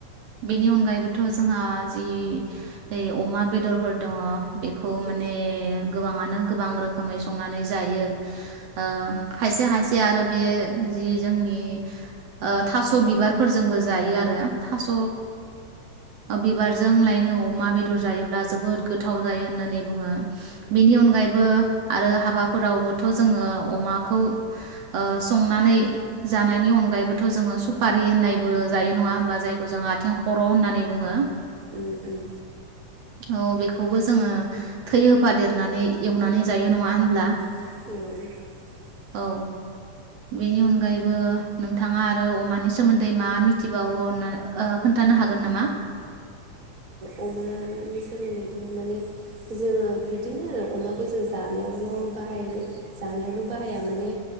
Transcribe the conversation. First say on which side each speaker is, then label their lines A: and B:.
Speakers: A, on the right; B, on the right.
A: बेनि अनगायैबो थ' जोंहा जि ओइ अमा बेदरफोर दङ बेखौ
B: औ
A: माने गोबाङानो गोबां रोखोमै संनानै जायो आ खायसे खायसे आरो बे जि जोंनि ओ थास' बिबारफोरजोंबो जायो आरो थास बिबारजों लायनो अमा जायोब्ला जोबोद गोथाव जायो होननानै बुङो बेनि अनगायैबो आरो हाबा फोरावबोथ' जोङो अमाखौ ओ संनानै जानायनि अनगायैबोथ' जोङो सुपारि होननायबो जायो नङा होमबा जायखौ जों आथिं खर' होननानै बुङो
B: उम उम उम
A: औ बे खौबो जोङो थै होफादेर नानै एवनानै जायो नङा होनब्ला
B: <inaudible>
A: औ बेनि अनगायैबो नोंथाङा आरो अमानि सोमोन्दै मा मिथिबावोना खोन्थानो हागोन नामा
B: अमानि सोमोन्दैथ' माने जोङो बिदिनो आरो अमाखौ जों जानायावल' बाहाय जानायावल' बाहाया माने